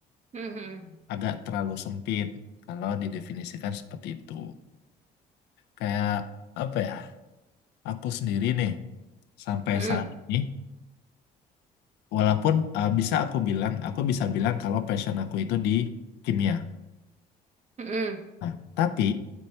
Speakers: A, on the right; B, on the left.
A: Mhm.
B: Agak terlalu sempit kalau didefinisikan seperti itu. kayak apa ya aku sendiri nih sampai
A: Mhm.
B: saat ini walaupun uh, bisa aku bilang aku bisa bilang kalau passion aku itu di kimia
A: Mhm.
B: nah tapi